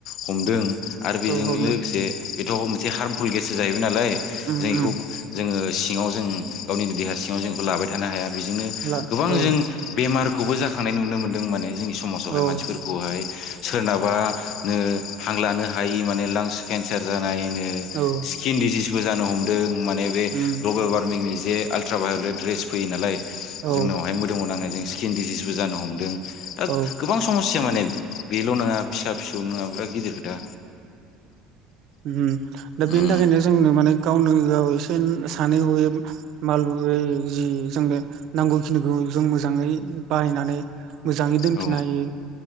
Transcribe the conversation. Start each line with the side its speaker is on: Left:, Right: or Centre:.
Left: हमदों। आरो बेजों
Right: औ हमनो
Left: लोगोसे बेथ' मोनसे हार्मफुल गेथेर सो जाहैबाय नालाय
Right: उम
Left: जों एखौ
Right: उम
Left: जोङो सिङाव जों गावनिनो देहा सिङाव जों बेखौ लाबाय थानो हाया। बेजोंनो
Right: ला
Left: गोबां
Right: औ
Left: जों बे बेमारखौबो जाखांनाय नुनो मोनो जों माने जोंनि समाजावहाय
Right: औ
Left: मानसिफोरखौहाय सोरनाबा नो हांलानो हायि माने लांस केन्सार जानाय। ओ
Right: औ
Left: स्किन डिजिस बो जानो हमदों माने बे
Right: उम
Left: ग्लबेल वार्मिंनि जे आलट्रा भायलेट ड्रेस फैयो नालाय
Right: औ
Left: जोंनावहाय मोदोमाव नांनायजों स्किन डिसिसबो जानो हमदों ओक
Right: औ
Left: गोबां समस्या माने बेल' नोङा फिसा फिसौ नोङाब्ला गिदिर खोथा
Right: ओम दा बेनि
Left: उम
Right: थाखायनो जोंनो माने गावनो गाव एसे सानै हयै मालै जि जोंनो नांगौखिनिखौ जों मोजाङै बाहायनानै मोजाङै दोनफिननो
Left: औ
Right: हायो